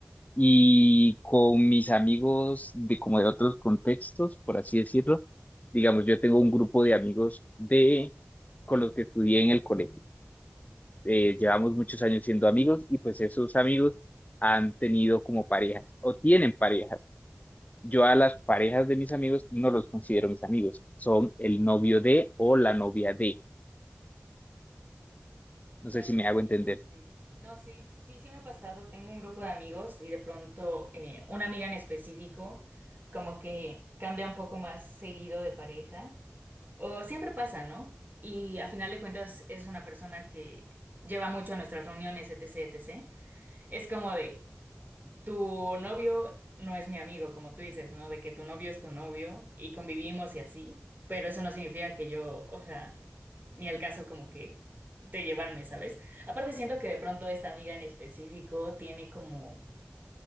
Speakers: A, on the left; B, on the right.
A: Y con mis amigos de como de otros contextos, por así decirlo, digamos, yo tengo un grupo de amigos de con los que estudié en el colegio. Eh, llevamos muchos años siendo amigos y pues esos amigos han tenido como parejas o tienen parejas. Yo a las parejas de mis amigos no los considero mis amigos, son el novio de o la novia de. No
B: Claro,
A: sé si me
B: sí,
A: hago entender.
B: sí, sí. No, sí, sí, sí me ha pasado. Tengo un grupo de amigos y de pronto eh, una amiga en específico como que cambia un poco más seguido de pareja. O siempre pasa, ¿no? Y a final de cuentas es una persona que lleva mucho a nuestras reuniones, etcétera, etcétera. Es como de, tu novio no es mi amigo, como tú dices, ¿no? De que tu novio es tu novio y convivimos y así, pero eso no significa que yo, o sea, ni al caso como que de llevarme, ¿sabes? Aparte siento que de pronto esta amiga en específico tiene como,